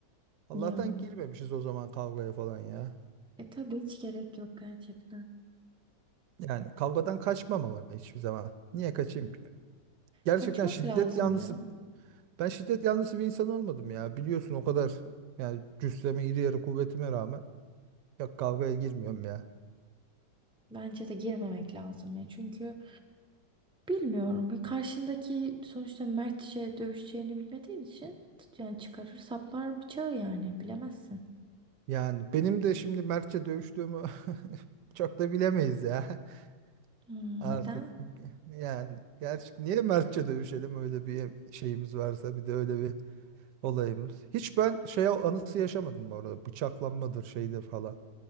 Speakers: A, on the right; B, in the centre.
A: Allah'tan
B: Ya.
A: girmemişiz o zaman kavgaya falan ya.
B: E tabii hiç gerek yok gerçekten.
A: Yani kavgadan kaçmam ama hiçbir zaman. Niye kaçayım? ki? Gerçekten
B: Kaçmak
A: şiddet
B: lazım
A: yanlısı.
B: ya.
A: Ben şiddet yanlısı bir insan olmadım ya. Biliyorsun o kadar yani cüsseme, iri yarı kuvvetime rağmen ya kavgaya girmiyorum ya.
B: Bence de girmemek lazım ya. Çünkü bilmiyorum. Bir karşındaki sonuçta mertçe dövüşeceğini bilmediğin için yani çıkarır saplar bıçağı yani bilemezsin.
A: Yani benim de şimdi mertçe dövüştüğümü <laughs> çok da bilemeyiz ya
B: Hmm,
A: <laughs> artık.
B: neden?
A: Yani gerçi niye mertçe dövüşelim öyle bir şeyimiz varsa bir de öyle bir olayımız. Hiç ben şey anısı yaşamadım bu arada. Bıçaklanmadır şeyde falan.